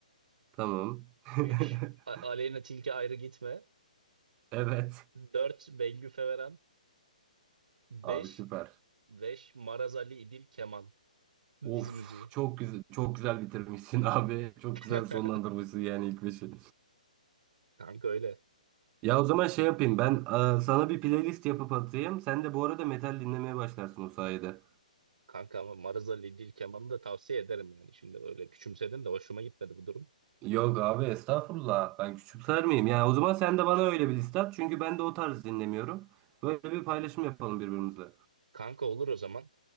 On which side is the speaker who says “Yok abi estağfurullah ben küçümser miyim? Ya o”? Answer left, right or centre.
Right